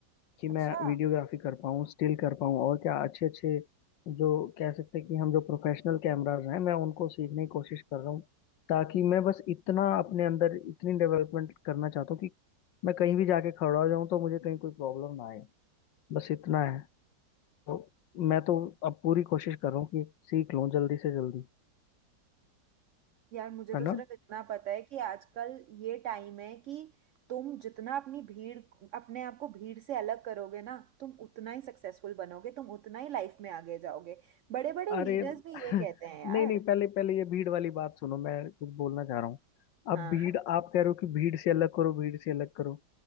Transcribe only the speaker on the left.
कि मैं
वीडियोग्राफी कर पाऊँ स्टिल कर पाऊँ और क्या अच्छे अच्छे जो कह सकते हैं कि हम जो प्रोफेशनल कैमराज हैं मैं उनको सीखने की कोशिश कर रहा हूँ ताकि मैं बस इतना अपने अंदर इतनी डेवलपमेंट करना चाहता हूँ कि मैं कहीं भी जाके खड़ा हो जाऊँ तो मुझे कहीं कोई प्रॉब्लम ना आए बस इतना है तो मैं तो अब पूरी कोशिश कर रहा हूँ कि सीख लूँ जल्दी से जल्दी
है ना
अरे
<laughs>
नहीं
नहीं पहले पहले ये भीड़ वाली बात सुनो मैं कुछ बोलना चाह रहा हूँ अब
भीड़
आप कह रहे हो कि भीड़ से अलग करो भीड़ से अलग करो